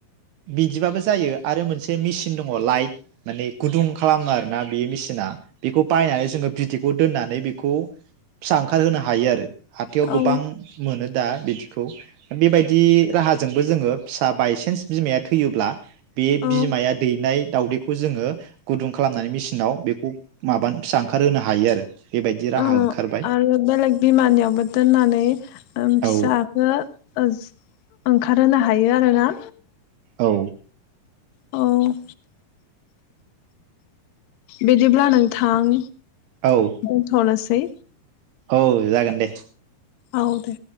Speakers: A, on the right (about 80°); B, on the left (about 75°).
A: बिदिबाबो जायो आरो मोनसे मेसिन दङ लाइट माने गुदुं खालामो आरोना बे मेसिना। बेखौ बायनानै जोङो बिदैखौ दोननानै बेखौ फिसा ओंखारहोनो हायो आरो। हाथायाव गोबां
B: औ
A: मोनो दा बिदिखौ बेबायदि राहाजोंबो जोङो फिसा बायसान्स बिमाया थैयोब्ला बे
B: औ
A: बिमाया दैनाय दावदैखौ जोङो गुदुं खालामनानै मेसिनाव बेखौ माबानो फिसा ओंखारहोनो हायो आरो। बेबायदि राहा
B: अ
A: ओंखारबाय
B: आरो बेलेग बिमानियावबो दोननानै फिसाखौ
A: औ
B: ओं ओंखारहोनो हायो आरोना?
A: औ।
B: औ बिदिब्ला नोंथां
A: औ
B: दोनथनोसै।
A: औ जागोन दे
B: औ दे।